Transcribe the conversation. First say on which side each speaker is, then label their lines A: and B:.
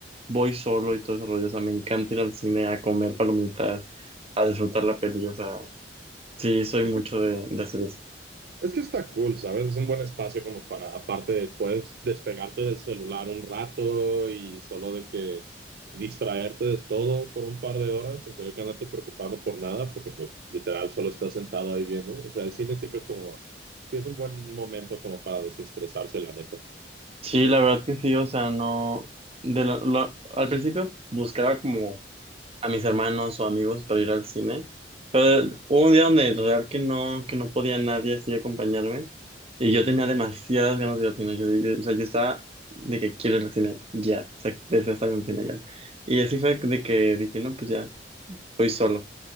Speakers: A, on the right; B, on the right.
A: voy solo y todo ese rollo, o sea, me encanta ir al cine a comer palomitas, a disfrutar la peli, o sea, sí, soy
B: Es
A: mucho
B: que
A: de, de hacer eso.
B: Es que está cool, ¿sabes? Es un buen espacio como para, aparte de, puedes despegarte del celular un rato y solo de que distraerte de todo por un par de horas sin tener que andarte preocupando por nada, porque pues literal solo estás sentado ahí viendo. O sea, el cine siempre es como, sí es un buen momento como para desestresarse, la neta,
A: Sí, la verdad que sí, o sea, no, de la- la- al principio buscaba como a mis hermanos o amigos para ir al cine. Pero hubo un día donde real que no, que no podía nadie así acompañarme y yo tenía demasiadas ganas de ir al cine. Yo, yo- o sea, yo estaba de que quiero ir al cine ya, o sea, deseo estar en el cine ya. Y así fue de que dije, no, pues ya, voy solo.